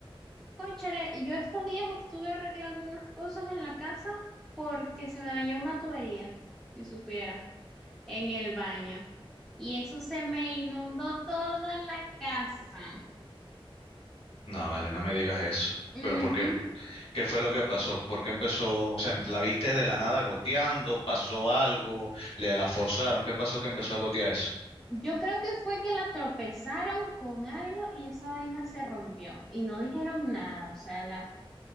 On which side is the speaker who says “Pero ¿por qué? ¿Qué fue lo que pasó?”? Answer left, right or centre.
Left